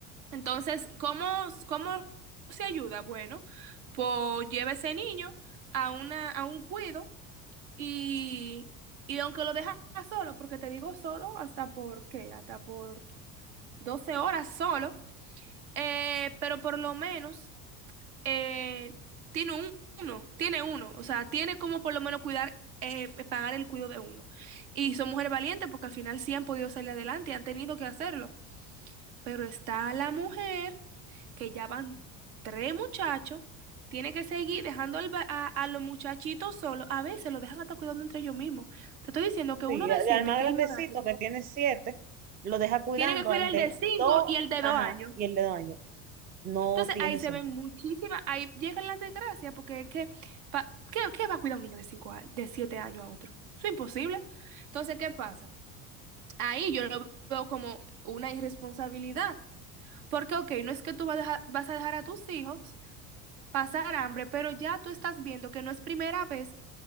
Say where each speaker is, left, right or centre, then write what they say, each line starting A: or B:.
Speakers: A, on the right; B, on the right.
A: Entonces, ¿cómo, cómo se ayuda? Bueno, pues lleva ese niño a una, a un cuido y, y aunque lo deja solo, porque te digo solo, hasta por qué, hasta por 12 horas solo, eh, pero por lo menos eh, tiene un- uno, tiene uno, o sea, tiene como por lo menos cuidar, eh, eh, pagar el cuidado de uno. Y son mujeres valientes porque al final sí han podido salir adelante y han tenido que hacerlo. Pero está la mujer que ya van tres muchachos, tiene que seguir dejando al ba- a, a los muchachitos solos, a veces los dejan hasta cuidando entre ellos mismos. Te estoy diciendo que
B: Sí,
A: uno de
B: al
A: siete,
B: al más
A: que
B: grandecito
A: es el más grande,
B: que tiene siete, lo deja cuidando
A: tiene que cuidar
B: al de
A: el de cinco
B: dos,
A: y el de
B: ajá,
A: dos años.
B: y el de dos años. No
A: Entonces
B: tiene
A: ahí se
B: sentido.
A: ven muchísimas, ahí llegan las desgracias, porque es que, pa- ¿qué, qué va a cuidar un niño de cinco años, de siete años a otro? Eso es imposible. Entonces, ¿qué pasa? Ahí yo lo veo como una irresponsabilidad, porque, ok, no es que tú vas a dejar, vas a dejar a tus hijos pasar hambre, pero ya tú estás viendo que no es primera vez